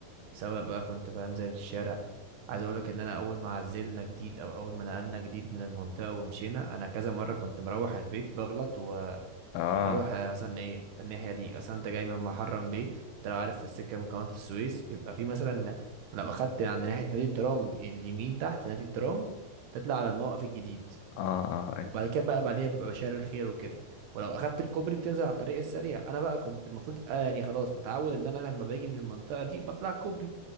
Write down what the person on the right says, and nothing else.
سواء بقى كنت بنزل الشارع عايز اقولك ان انا اول ما عزلنا جديد او اول ما نقلنا جديد من المنطقه ومشينا انا كذا مره كنت مروح البيت بغلط واروح
آه، مثلا ايه الناحيه دي مثلا انت جاي من محرم بيه انت لو عارف في السكه من قناه السويس بيبقى في مثلا لو اخدت عند ناحيه نادي الترام اليمين تحت نادي الترام تطلع على الموقف الجديد
وبعد كده بقى بعديها بيبقى بشار الخير وكده ولو اخدت الكوبري بتنزل على الطريق السريع انا بقى كنت المفروض آه يعني خلاص متعود ان انا لما باجي من المنطقه دي بطلع الكوبري